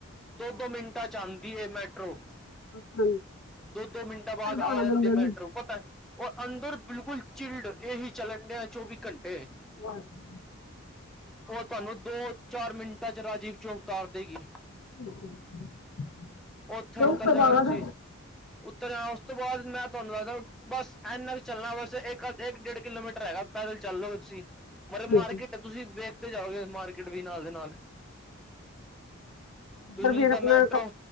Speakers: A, in the centre; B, on the left.
A: ਦੋ- ਦੋ ਮਿੰਟਾਂ 'ਚ ਆਉਂਦੀ ਮੈਟਰੋ
B: ਹਾਂਜੀ
A: ਦੋ -ਦੋ ਮਿੰਟਾਂ ਬਾਅਦ ਆ
B: ਖਾਣਾ
A: ਜਾਂਦੀ
B: ਬੰਦੇ
A: ਏ ਮੈਟਰੋ
B: ਨੂੰ
A: ਹੋਰ ਦਸ, ਔਰ ਅੰਦਰ ਬਿਲਕੁਲ ਚਿਲਡ, ਏਸੀ ਚੱਲਣ ਦਿਆਂ ਚੌਵੀ ਘੰਟੇ
B: ਹ <unintelligible>
A: ਉਹ ਤੁਹਾਨੂੰ, ਦੋ -ਚਾਰ ਮਿੰਟਾਂ 'ਚ ਰਾਜੀਵ ਚੌਕ ਉਤਾਰ ਦੇਵੇਗੀ।
B: <inaudible>
A: ਉੱਥੇ
B: ਤੇ
A: ਉੱਤਰ
B: ਉਸ ਤੋਂ
A: ਜਾਣਾ
B: ਬਾਅਦ
A: ਤੁਸੀਂ, ਉੱਤਰ ਜਾਣਾ, ਉਸ ਤੋਂ ਬਾਅਦ ਮੈਂ ਤੁਹਾਨੂੰ ਦੱਸਦਾ ਬਸ ਇੰਨਾ ਕੁ ਚੱਲਣਾ, ਬਸ ਇੱਕ- ਇੱਕ ਡੇਢ ਕਿਲੋਮੀਟਰ ਹੈਗਾ। ਪੈਦਲ ਚੱਲੋਗੇ ਤੁਸੀਂ, ਮਤਲਬ ਮਾਰਕੀਟ,
B: ਠੀਕ ਹੈ
A: ਤੁਸੀਂ ਵੇਖਦੇ ਜਾਓਗੇ, ਮਾਰਕੀਟ ਵੀ ਨਾਲ ਦੇ ਨਾਲ ਤੁਸੀਂ
B: ਪਰ ਫਿਰ
A: ਜਿੱਦਾਂ
B: ਆਪਣਾ
A: ਮੈਟਰੋ
B: ਕ